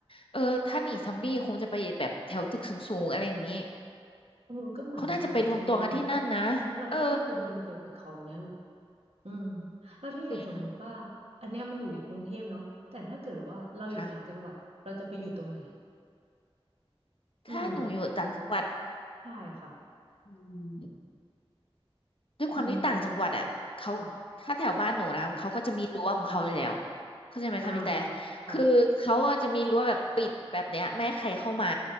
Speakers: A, on the left; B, on the right.
A: เออถ้าหนีซอมบี้คงจะไปแบบแถวตึกสูงๆอะไรอย่างนี้
B: เออก็เหมือนในหนังจริงงั้นงั้น
A: เขาน่าจะไปรวมตัวกันที่นั่นนะ
B: งั้นเราก็ต้องไปโดนตัวกับเขางั้นเหรอ
A: เออ
B: อืมแล้วถ้าอย่างสมมุติว่าอันเนี้ยมันอยู่ในกรุงเทพเนาะแต่ถ้าเกิดว่าเราอยู่ต่างจังหวัดเราจะไปอยู่ตรงไหน
A: จริงค่ะ
B: อืม
A: ถ้าหนูอยู่ต่างจังหวัด
B: ใช่ค่ะ
A: อืม ด้วยความที่ต่างจังหวัดอ่ะเขาถ้าแถวบ้านหนูนะเขาก็จะมีรั้วของเขาอยู่แล้ว
B: อืมค่ะ
A: เข้าใจไหมคะพี่แต่
B: อ่าค่ะ
A: คือเขาอะจะมีรั้วแบบปิดแบบเนี้ยไม่ให้ใครเข้ามา